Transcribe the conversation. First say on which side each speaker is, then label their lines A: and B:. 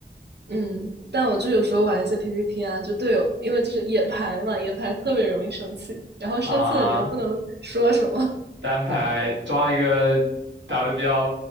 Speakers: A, on the right; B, on the right.
A: 嗯，但我就有时候玩一些 PVP 啊，就队友，因为就是野排嘛，野排特别容易生气，然后生气了你又不能说什么，
B: 啊。单排抓一个打得比较